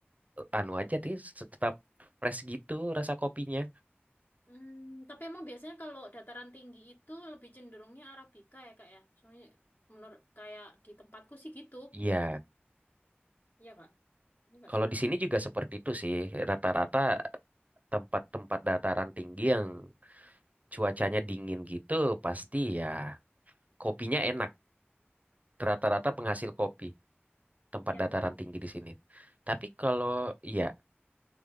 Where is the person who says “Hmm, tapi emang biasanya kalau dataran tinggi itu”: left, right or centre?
Left